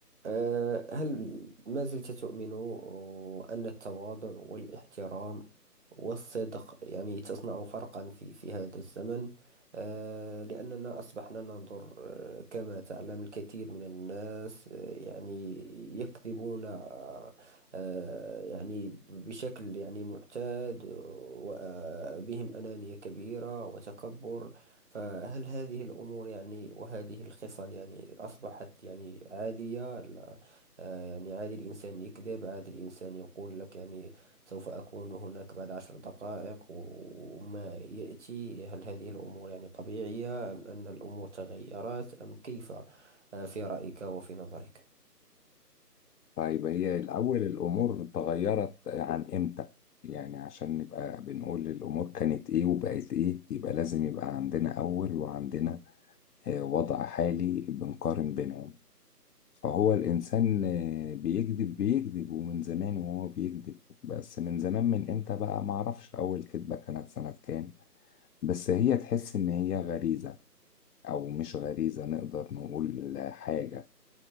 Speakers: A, on the right (about 45°); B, on the left (about 70°).
A: أه، هل ما زلت تؤمن أن التواضع والاحترام والصدق يعني تصنع فرقا في في هذا الزمن أه، لأننا أصبحنا ننظر أه، كما تعلم الكثير من الناس أه، يعني يكذبون أه، أه، يعني بشكل يعني معتاد وبهم أنانية كبيرة وتكبر فهل هذه الأمور يعني وهذه الخصال يعني أصبحت يعني عادية لا آه، يعني عادي الإنسان يكذب عادي الإنسان يقول لك يعني سوف أكون هناك بعد عشر دقائق و- وما يأتي هل هذه الأمور يعني طبيعية أم أن الأمور تغيرت أم كيف آه، في رأيك وفي نظرك
B: طيب هي الأول الأمور اتغيرت عن إمتى؟ يعني عشان نبقى بنقول الأمور كانت إيه وبقت إيه يبقى لازم يبقى عندنا أول وعندنا آه، وضع حالي بنقارن بينهم فهو الإنسان آه، بيكذب بيكذب ومن زمان وهو بيكذب بس من زمان من إمتى بقى معرفش أول كذبة كانت سنة كام بس هي تحس إن هي غريزة أو مش غريزة نقدر نقول حاجة